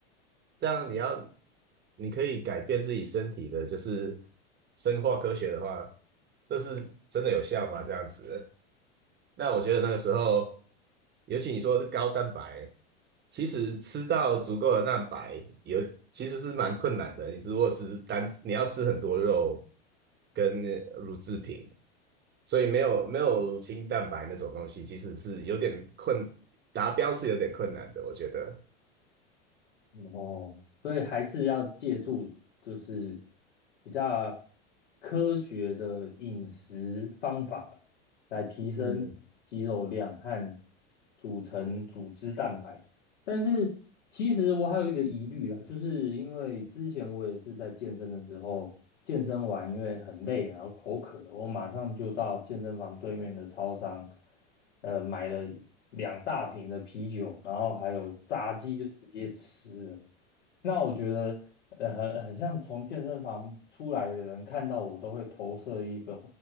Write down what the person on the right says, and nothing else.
这样你要你可以改变自己身体的，就是生化科学的话，这是真的有效吗？这样子。那我觉得那个时候，尤其你说是高蛋白，其实吃到足够的蛋白有其实是蛮困难的。你如果是单，你要吃很多肉跟乳制品，所以没有没有乳清蛋白那种东西，其实是有点困，达标是有点困难的，我觉得。
嗯，